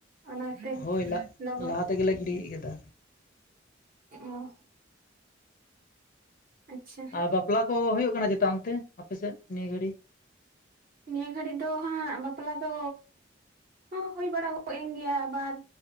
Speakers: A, on the right; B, on the left.
A: ᱚᱱᱟ ᱛᱮ
B: ᱦᱳᱭ
A: ᱞᱚᱜᱚᱱ
B: ᱞᱟᱦᱟ ᱛᱮᱜᱮᱞᱮ ᱜᱤᱰᱤ ᱠᱟᱫᱟ
A: ᱚ ᱾ ᱟᱪᱪᱷᱟ
B: ᱟᱨ ᱵᱟᱯᱞᱟ ᱠᱚ ᱦᱩᱭᱩᱜ ᱠᱟᱱᱟ ᱪᱮᱛᱟ ᱚᱱᱛᱮ ᱟᱯᱮ ᱥᱮᱫ ᱱᱤᱭᱟᱹ ᱜᱷᱟᱹᱲᱤ?
A: ᱱᱤᱭᱟᱹ ᱜᱷᱟᱹᱲᱤᱡ ᱫᱚ ᱦᱟᱸᱜ ᱵᱟᱯᱞᱟ ᱫᱚ ᱦᱚᱸ ᱦᱩᱭ ᱵᱟᱲᱟᱜ ᱮᱱ ᱜᱮᱭᱟ ᱾ ᱟᱵᱟᱨ